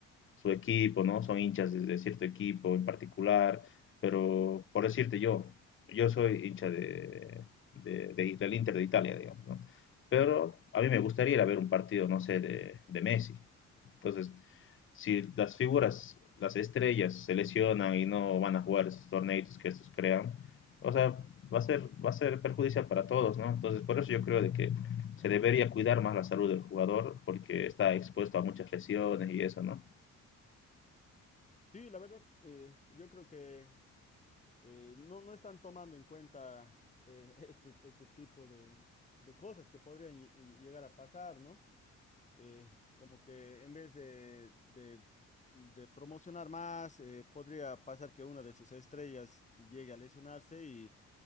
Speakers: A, on the left (about 40°); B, on the left (about 25°).
A: su equipo, ¿no? Son hinchas de, de, cierto equipo en particular, pero por decirte yo, yo soy hincha de, de, de del Inter de Italia, digamos, ¿no? Pero a mí me gustaría ir a ver un partido, no sé, de, de Messi. Entonces, si las figuras, las estrellas se lesionan y no van a jugar esos torneitos que estos crean, o sea, va a ser, va a ser perjudicial para todos, ¿no? Entonces, por eso yo creo de que se debería cuidar más la salud del jugador porque está expuesto a muchas lesiones y eso, ¿no?
B: Sí, la verdad, eh, yo creo que eh, no, no están tomando en cuenta eh, <laughs> este, este tipo de, de cosas que podrían lle- llegar a pasar, ¿no? Eh, como que en vez de, de- de promocionar más, eh, podría pasar que una de sus estrellas llegue a lesionarse y,